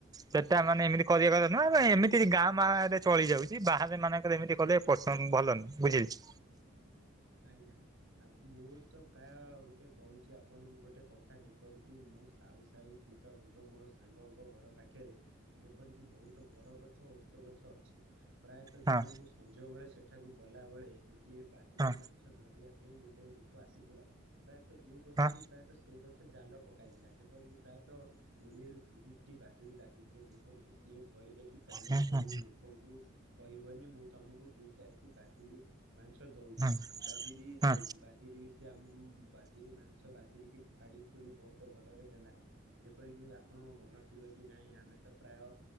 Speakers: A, on the right; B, on the right.
A: ସେଟା ମାନେ ଏମିତି କରିବା କଥା ନୁହଁ
B: ଓହୋ
A: ତ ଏମିତି ଏ ଗାଁ ମାଁରେ ଚଳିଯାଉଚି ବାହାରେ ଏମାନଙ୍କର ଏମିତି କଲେ ପସନ୍ଦ ଭଲ ନୁହେଁ ବୁଝିଲେ।
B: ଆଜ୍ଞା ଆ ମୋର ତ ପ୍ରାୟ ଗୋଟେ କୋହୁଚି ଆପଣଙ୍କୁ ଗୋଟେ କଥା ଯେପରିକି ମୁଁ ସାହୁ ସାହି ସ୍ତି ତ ଗୋଟେ ମୋର ସାଙ୍ଗଙ୍କ ଘର ପାଖେରେ ଯେପରିକି ବୋହୁତ ବରଗଛ ଓସ୍ତଗଛ ଅଛି। ପ୍ରାୟତ
A: ହଁ
B: ଦିନେ ମୁଁ ସଞ୍ଜବେଳେ ସେଠାକୁ ଗଲାବେଳେ ଗୋଟିଏ ବାଦିରି
A: ହଁ
B: ମା ସ ଧରିବା ପାଇଁ ଗୋଟେ ଲୋକ ଆସିଥିଲା। ପ୍ରାୟତଃ ଏଇ ଗଛରୁ
A: ହଁ
B: ପ୍ରାୟତଃ ସେଇ ଗଛ ଜାଲ ପକାଇଥିଲା ଯେପରିକି ପ୍ରାୟତଃ କୋଡିଏରୁ ତିରିଶଟି ବାଦୁରୀ ଲାଗିଥିଲେ ଯେପରିକି ସିଏ କହିଲେ କି ତମେ
A: ହଁ
B: କୋଉ
A: ହଁ
B: ଲୋକଙ୍କୁ କହିବନି ମୁଁ ତମକୁ ଦୁଇ ଚାରିଟି ବାଦିରୀ ମାଂସ ଦୋଉଚି
A: ହଁ ହଁ ହୁଁ
B: ବାଦିରୀ
A: ହଁ
B: ଦୋଉଚି। ବାଦିରୀ ବି ସେ ଆମୁକୁ ବାଦିରୀ ମାଂସ ବାଦିରୀକି ଫାଡି ଫୁଡି ବୋହୁତ ଭଲରେ ଦେଲା। ଯେପରିକି ଆପଣଙ୍କ ମନ ଥିବ କି ନାଇଁ ଆମେ ତ ପ୍ରାୟ